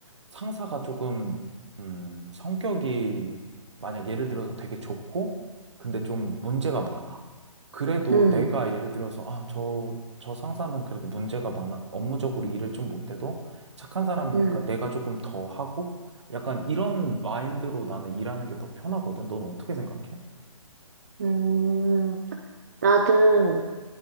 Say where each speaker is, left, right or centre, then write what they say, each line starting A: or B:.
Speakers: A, on the right; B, on the right.
A: 상사가 조금, 음, 성격이 만약 예를 들어서 되게 좋고, 근데 좀 문제가 많아. 그래도
B: 음,
A: 내가 예를 들어서, 아, 저, 저 상사는 그래도 문제가 많아. 업무적으로 일을 좀 못해도 착한 사람이니까
B: 음,
A: 내가 조금 더 하고, 약간 이런 마인드로 나는 일하는 게 더 편하거든. 넌 어떻게 생각해?
B: 음. 나는